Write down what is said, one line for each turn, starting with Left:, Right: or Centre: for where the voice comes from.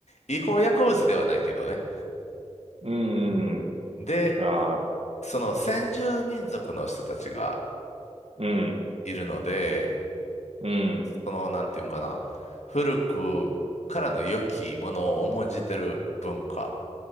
Left: 違法薬物ではないけどね。
Right: う
Left: で、
Right: ん、ああ
Left: その先住民族の人たちが
Right: うん、
Left: いるので、
Right: うん、
Left: そのなんていうのかな、古くからの良きものを重んじてる文化